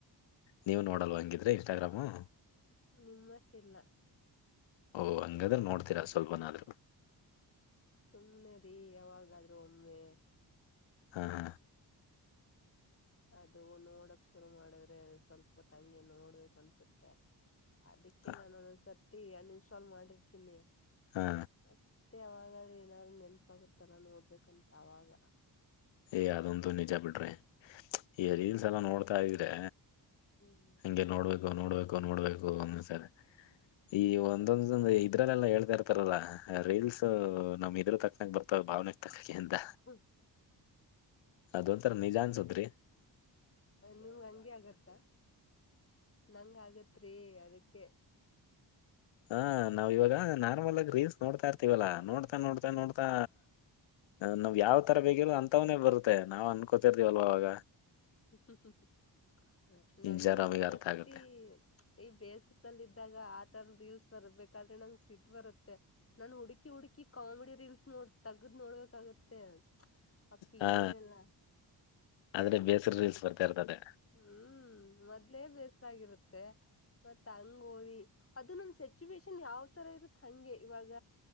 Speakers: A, on the left (about 85°); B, on the left (about 30°).
A: ನೀವು ನೋಡಲ್ವ ಹಂಗಿದ್ರೆ ಇನ್ಸ್ಟಾಗ್ರಾಮು.
B: ನಿಮ್ಮಷ್ಟ ಇಲ್ಲ.
A: ಓಹ ಹಂಗಾದ್ರೆ ನೋಡ್ತೀರಾ ಸ್ವಲ್ಪನಾದ್ರು.
B: ಸುಮ್ನೆ ರೀ ಯಾವಾಗಾದ್ರೂ ಒಮ್ಮೆ.
A: ಹಾ ಹಾ.
B: ಅದು ನೋಡಕ ಶುರು ಮಾಡಿದ್ರೆ ಸ್ವಲ್ಪ ಹೊತ್ತು ಹಂಗೆ ನೋಡ್ಬೇಕಕ ಅನ್ಸುತ್ತೆ ಅದಕ್ಕೆ
A: ಹಾ
B: ನಾನು ಒಂದೊಂದ್ಸರ್ತಿ ಅನ್ಇನ್ಸ್ಟಾಲ್ ಮಾಡಿರ್ತೀನಿ.
A: ಹಾ
B: ಮತ್ತೆ ಅವಾಗಾದ್ರೂ ಏನಾದ್ರು ನೆನಪಾಗತ್ತಲ್ಲ ನೋಡ್ಬೇಕಂತ ಅವಾಗ
A: ಏ ಅದೊಂತೂ ನಿಜ ಬಿಡ್ರಿ ಈ ರೀಲ್ಸ ಎಲ್ಲ ನೋಡ್ತಾ ಇದ್ರೆ.
B: ಹ್ಮ್
A: ಗೆ ನೋಡ್ಬೇಕು ನೋಡ್ಬೇಕು ನೋಡ್ಬೇಕು ಒಂದಸ ಈ ಒಂದೊಂದ ಇದ್ರಲ್ಲೆಲ್ಲಾ ಹೇಳ್ತಾ ಇರ್ತಾರಲ್ಲ ರೀಲ್ಸ್ ನಮ್ ಇದ್ರ ತಕ್ಕನಕ್ ಬರ್ತವೆ ಭಾವನೆಗೆ ತಕ್ಕಗೆ ಎಂತ.
B: ಹ್ಮ
A: ಅದೊಂತರ ನಿಜ ಅನ್ಸದ್ರಿ.
B: ನಿಮ ಹಂಗಗೆ ಆಗತ್ತ ನಂಗ ಆಗತ ರಿ ಅದಕ್ಕೆ.
A: ಹ ನಾವು ಇವಾಗ ನಾರ್ಮಲ ಆಗ ರೀನ್ಸ್ ನೋಡ್ತಾ ಇರ್ತೀವಲ್ಲಾ ನೋಡ್ತಾ, ನೋಡ್ತಾ ನೋಡ್ತಾ, ನಾವ ಯಾವ ತರ ಬೇಕನೋ ಅಂತವನೇ ಬರುತ್ತ ನಾವ ಅನ್ಕೊಂಡ. ಗೊತ್ತಿರ್ತೀವಲ್ವಾಗ
B: ಸ <inaudible> ನಾನು
A: ನಿಜ
B: ಒಂದೊಂದು
A: ನಮಗೆ
B: ಸರ್ತಿ
A: ಅರ್ಥ ಆಗುತ್ತೆ
B: ಈ ಬೇಸಕ್ಲ್ಲಿ ಇದ್ದಾಗ ಆತರ ರೀಲ್ಸ್ ಬರ್ಬೇಕಾದ್ರೆ ನಂಗೆ ಸಿಟ್ ಬರುತ್ತೆ ನಾನು ಹುಡುಕಿ ಹುಡುಕಿ ಕಾಮಿಡಿ ರೀಲ್ಸ್ ನೋಡ್ ತೆಗ್ದ್ ನೋಡ್ಬೇಕಾಗತ್ತೆ ಆಪ್ಲಿ
A: ಹಾ
B: ಈಡಲ್ಲಲ್ಲ
A: ಆದ್ರೆ ಬೇಕರಿ <unintelligible> ರೀಲ್ಸ್ ಬರ್ತಾ ಇರ್ತದೆ
B: ಹ್ಮ್ ಮೊದ್ಲೇ ಬೇಸಾಗಿರುತ್ತೆ ಮತ್ತತ್ ಹಂಗ ಓದಿ ಅದು ನಮ ಸಿಚುವೇಶನ್ ಯಾವ್ ತರ ಇರುತ್ ಹಂಗೆ ಇವಾಗ